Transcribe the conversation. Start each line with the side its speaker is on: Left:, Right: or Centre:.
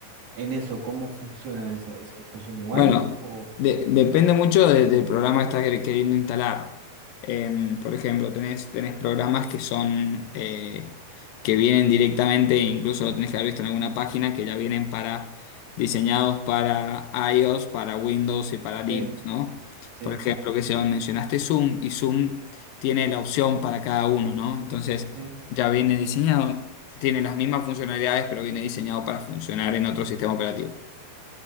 Right: en eso, ¿cómo funciona eso? ¿Eso funciona igual?
Left: Bueno,
Right: O,
Left: de- depende mucho de- del programa que estás quer- queriendo instalar. Em, por ejemplo, tenés, tenés programas que son eh, que vienen directamente, incluso lo tenés que haber visto en alguna página, que ya vienen para diseñados para iOS, para Windows y para Linux,
Right: sí,
Left: ¿no?
Right: sí.
Left: Por ejemplo, que se mencionaste Zoom y Zoom tiene la opción para cada uno, ¿no? Entonces
Right: ujú,
Left: ya viene diseñado, tiene las mismas funcionalidades, pero viene diseñado para funcionar en otro sistema operativo.